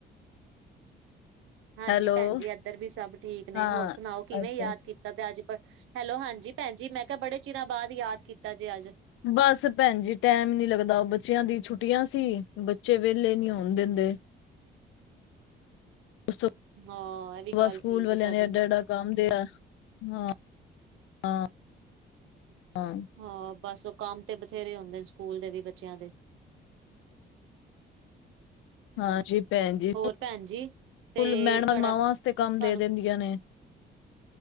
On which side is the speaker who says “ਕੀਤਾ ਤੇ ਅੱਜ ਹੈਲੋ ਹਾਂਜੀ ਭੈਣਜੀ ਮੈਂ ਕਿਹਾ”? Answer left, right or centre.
Right